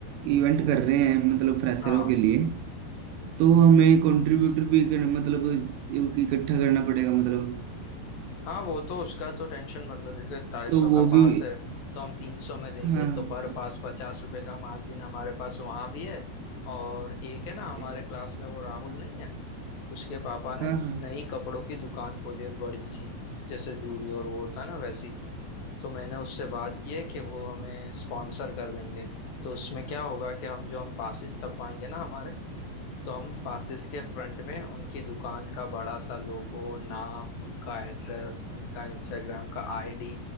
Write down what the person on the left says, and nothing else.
हाँ
हम्म
हाँ वो तो उसका तो टेंशन मत लो देखो ढाई सौ
का पास
है तो हम तीन सौ में देंगे
तो पर
पास पचास रुपए का मार्जिन हमारे पास वहां भी है और एक है
ना हमारे
क्लास में वो राहुल नहीं है उसके पापा
ने
नई कपड़ों की दुकान खोली है बड़ी सी जैसे जूडियो और वो होता है ना वैसी तो मैंने उससे बात की है कि वो हमें स्पॉन्सर कर देंगे तो उसमें क्या होगा कि हम जो हम पासिस छपवाएंगे ना हमारे तो हम पासिस के फ्रंट में उनकी दुकान का बड़ा सा लोगो नाम उनका एड्रेस उनका इंस्टाग्राम का आईडी